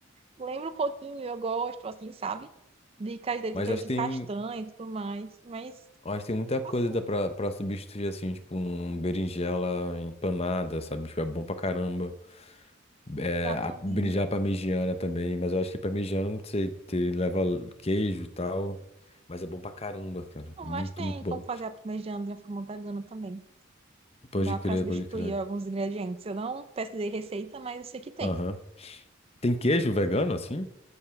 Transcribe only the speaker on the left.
Mas
acho
que tem.
Eu Acho que tem muita coisa
dá pra, pra substituir, assim, tipo, um berinjela empanada, sabe? Tipo, é bom pra caramba. É,
a
berinjela parmegiana também, mas eu acho que parmegiana, não sei, te leva queijo e tal. Mas é bom pra caramba, cara.
É Muito,
muito bom.
Pode
crer,
pode crer.
Aham. Tem queijo vegano, assim?